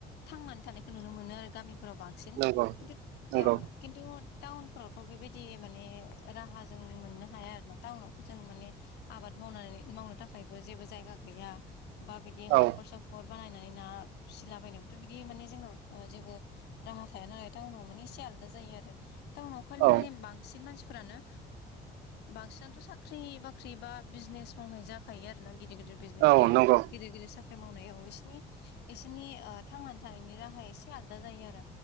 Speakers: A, on the left; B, on the right.
A: थांनानै थानायखौ नुनो मोनो आरो गामिफोराव बां
B: नंगौ
A: <unintelligible>
B: नंगौ
A: औ खिनथु थावनफोराव बेबाय दि माने राहा जों मोननो हाया आरोना टाउनावथ जों माने आबाद मावनानै मावनो थाखायबो जेबो जायगा गैया बा बिदि हाखर
B: औ
A: साखर बानायनानै ना फिसालाबायनोबोथ बिदि माने जोंनाव जेबो राहा थाया नालाय टाउनाव माने एसे आलादा जायो आरो टाउनाव खालि
B: औ
A: माने बांसिन मानसिफोरानो बांसिनाथ साख्रि बाख्रि बा बिजनेस मावनाय जाखायो आरोना गिदिर गिदिर बिजने
B: औ
A: बा
B: नंगौ
A: गिदिर गिदिर साख्रि मावनायाव इसोरनि इसोरनि थांनानै थानायनि राहा एसे आलदा जायो आरो